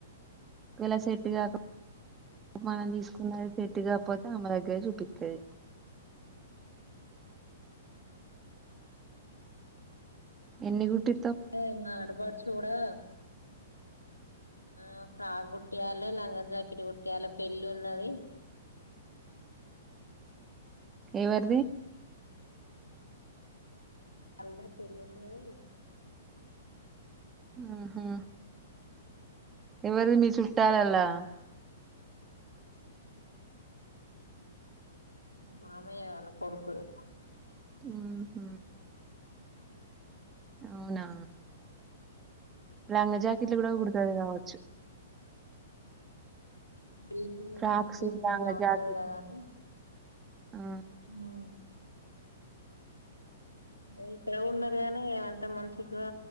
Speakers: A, on the right; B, on the left.
A: ఇలా సెట్ కాకపో మనం తీసుకున్నది సెట్టు కాకపోతే అమ్మ దగ్గర చూపిస్తుది ఎన్ని కుటిి
B: అదే మా ఆడపడుచు కుడా ఆ ఫ్రాక్ కుట్టయాలి లంగా జాకెట్ కుట్టయాలి పెళ్ళి ఉన్నది
A: ఏవరి
B: <inaudible> మల పెళ్ళిన్నది
A: ఆహా ఎవరి మీ చుట్టాలలా
B: రెండు మూడు కావాలి మామయ్య వాళ్ల కొడుకుధి
A: ఆ హ అవునా లాంగ జాకెట్లు కూడా
B: రెండు
A: కుడతది కావచ్చు
B: బజుట్తుంది
A: ఫ్రాక్స్ లంగా
B: బాగుంటది
A: జాకెట్
B: కదాని
A: ఆ
B: హు అదే ఇక్కడ కూడా ఉన్నారు గానీ ఏమంత మ ఇగా